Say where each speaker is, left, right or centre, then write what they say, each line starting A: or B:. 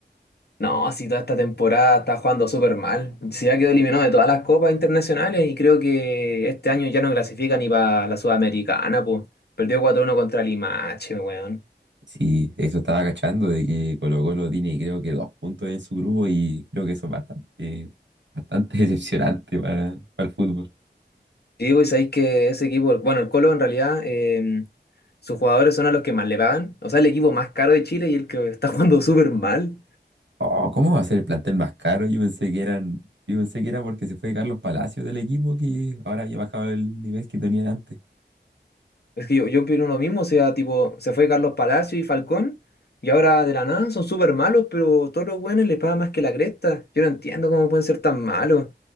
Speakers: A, on the left; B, on the right.
A: No, si toda esta temporada está jugando súper mal. Se ya quedó eliminado de todas las copas internacionales y creo que este año ya no clasifica ni para la Sudamericana, pues. Perdió cuatro uno contra Limache, weón.
B: Sí, eso estaba cachando de que Colo-Colo tiene creo que dos puntos en su grupo y creo que eso es bastante, bastante <laughs> decepcionante para, para el fútbol.
A: Sí, pues sabéis que ese equipo, bueno, el Colo en realidad, eh, sus jugadores son a los que más le pagan. O sea, el equipo más caro de Chile y el que está jugando súper mal.
B: Oh, ¿cómo va a ser el plantel más caro? Yo pensé que eran, yo pensé que era porque se fue Carlos Palacios del equipo que ahora había bajado el nivel que tenían antes.
A: Es que yo, yo opino lo mismo, o sea, tipo, se fue Carlos Palacio y Falcón, y ahora de la nada son súper malos, pero todos los buenos les pagan más que la cresta. Yo no entiendo cómo pueden ser tan malos.